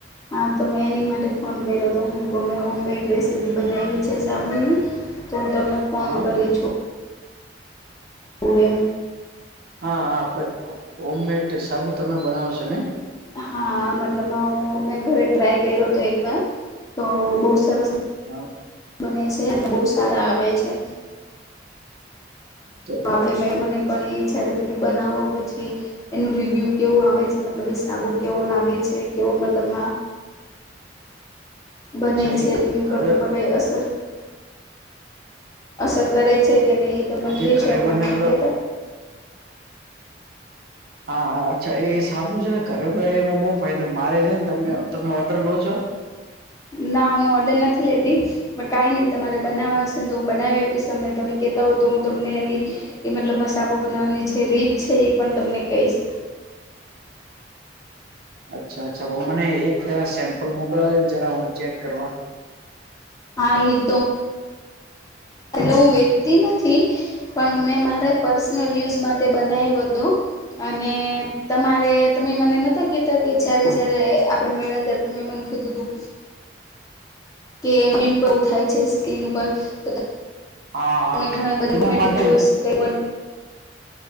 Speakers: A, on the left (about 20°); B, on the right (about 55°).
A: હા તો મેં એની માટે ફોન કર્યો હતો હું મે હોમમેડ રેસ બનાવી છે સાબુની તો હું તમને ફોન
B: હા હા
A: કરી છું. ઓ એમ
B: હા હા આપડે હોમમેટ સાબુ તમે બનાવ છો નય?
A: હા મતલબ હું મેં ઘરે ટ્રાય કર્યો હતો એક વાર તો બહુ સરસ
B: હા <unintelligible>
A: બને છે બહુ સારા આવે છે.
B: તો <unintelligible>
A: આપડે મે મને પણ એ જયારે તમે બનાવો પછી એનું રિવ્યુ કેવું આવે છે મતલબ હિસાબો કેવો લાગે છે કેવો મતલબ બને
B: અચ્છા
A: છે
B: એ
A: તેનું
B: ઘરે
A: પગલામાં કઈ અસર અસર કરે છે કે નહી તો મન
B: જે
A: કે છે
B: ઘરે
A: એમ
B: બનાવેલો
A: તો મન કેતા
B: હા હા અચ્છા એ સાબું છે ને ઘરેઈ બનાવ્યો એમાં બહુ ફાયદો મારે છે ને તને તમે ઓર્ડર લો છો?
A: ના હું ઓર્ડર નથી લેતી. કઈ નહી તમારે બનાવવા હશેને તો હું બનાવી આપીશ તમને તમે કેતા હોય તો હું તમને એની એ મતલબ સાબુ બનાવવાની જે રીત છે એ પણ તમને કહીશ.
B: અચ્છા અચ્છા મને એક ફેરા સેમ્પલ મોકલાવાજો ને જરા ચેક કરવા.
A: હા એ તો હું વેચતી નથી. પણ મેં મારા પર્સનલ યુઝ માટે બનાવ્યું હતું. અને તમારે તમે મને નત કે કે જયારે જયારે આપડણે મળ્યા ત્યારે તો મે મને ખીધું તું. કે ઇમ્પ્રુવ થાય છે સ્કીન ઉપર તમે
B: હા હા
A: ઘણા બધ ડકોમેટિક્યુઝ
B: એના માટે
A: કઈ પણ